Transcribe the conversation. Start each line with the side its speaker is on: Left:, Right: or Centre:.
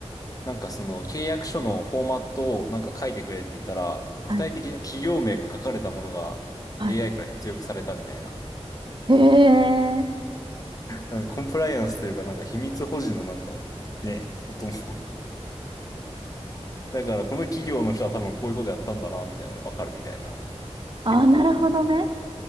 Left: なんかその契約書のフォーマットをなんか書いてくれって言ったら、具体的な企業名が書かれたものが
Right: はい。はい。
Left: AI から出力されたみたいな。
Right: へえ。
Left: なんかコンプライアンスというか、なんか秘密保持のなんか、ね、こともだから、この企業の人は多分こういうことやったんだな、みたいなのわかるみたいな。
Right: ああ、
Left: 結構、
Right: なるほどね。